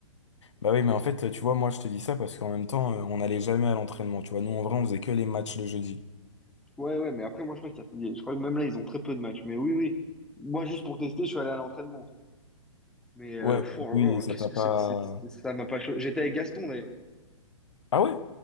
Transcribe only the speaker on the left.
Bah oui, mais en fait, tu vois, moi je te dis ça parce qu'en même temps, euh, on n'allait jamais à l'entraînement. Tu vois, nous en vrai, on faisait que les matchs le jeudi.
Ouais,
oui,
ça
t'a
pas.
Ah ouais?